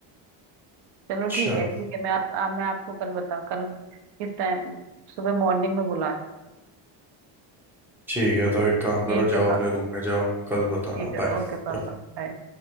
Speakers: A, on the right; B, in the centre.
A: चलो
B: अच्छा
A: ठीक है ठीक है मैं आप, आप मैं आपको कल बताऊँ कल किस टाइम सुबह मॉर्निंग में बुलाती
B: ठीक है तो एक काम करो
A: हूँ। ठीक है
B: जाओ
A: पापा
B: अपने रूम में जाओ कल बताना
A: ठीक है
B: बाय
A: ओके पापा बाय